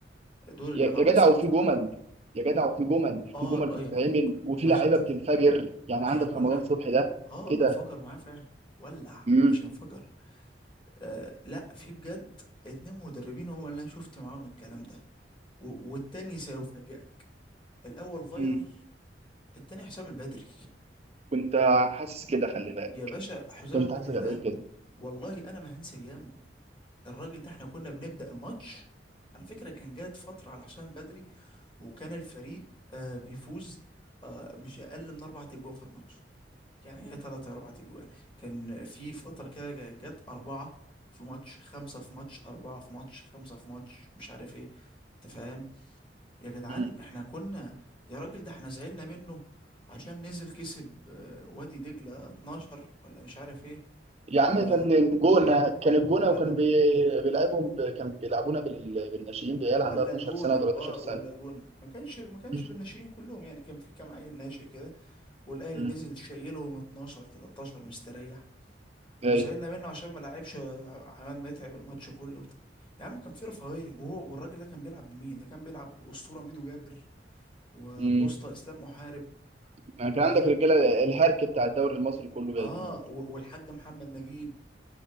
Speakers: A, on the left (about 30°); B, on the right (about 35°).
A: دول اللي
B: يا
A: انا
B: يا
A: عاصرت
B: جدع وفي
A: معاهم
B: جمل يا جدع وفي جمل
A: اه
B: في جمل
A: اه
B: بتتعمل
A: يا بقى
B: وفي
A: يا باشا
B: لعيبه
A: انت
B: بتنفجر يعني عندك
A: احنا كنا
B: رمضان صبحي ده
A: اه
B: ايه ده
A: انفجر معاه فعلا ولع
B: مم.
A: مش انفجر آه لا في بجد اتنين مدربين هو اللي انا شفت معاهم الكلام ده و- والتاني سيفاجئك الاول فايلر
B: مم.
A: التاني حسام البدري
B: كنت حاسس كده خلي بالك
A: يا باشا حسام
B: كنت
A: البدري
B: حاسس كده
A: ده
B: كده
A: والله انا ما هنسى ايامه الراجل ده احنا كنا بنبدأ الماتش على فكرة كان جات فترة على حسام البدري وكان الفريق آه بيفوز آه مش اقل من اربع تجوان في الماتش يعني هي ثلاثة اربع تجوان كان في فترة كده جا- جات اربعة في ماتش خمسة في ماتش اربعة في ماتش خمسة في ماتش مش عارف ايه تفهم يا جدعان
B: مم.
A: احنا كنا يا راجل ده احنا زعلنا منه عشان نزل كسب آه، وادي دجلة 12 ولا مش عارف ايه
B: يا عم
A: و...
B: كان الجونة كان الجونة
A: ولا
B: وكان بي- بيلعبهم ب... كان بيلعبونا بال... بالناشئين
A: و-
B: بعيال
A: ولا
B: عندها 12
A: الجونة
B: سنة و13
A: اه
B: سنة
A: ولا الجونة ما كانش ما كانش
B: مم.
A: بالناشئين كلهم يعني كان في كام عيل ناشئ كده والاهلي
B: مم.
A: نزل شايلهم 12 13 مستريح
B: جاي
A: وزعلنا منه عشان ما لعبش آه، عماد متعب الماتش كله بت... يا عم كان في رفاهية وهو والراجل ده كان بيلعب بمين ده كان بيلعب بالأسطورة ميدو جابر والأسطى
B: مم.
A: إسلام محارب
B: يعني
A: و...
B: كان عندك رجالة الهرك بتاع الدوري المصري كله جايبين
A: اه و- والحاج محمد نجيب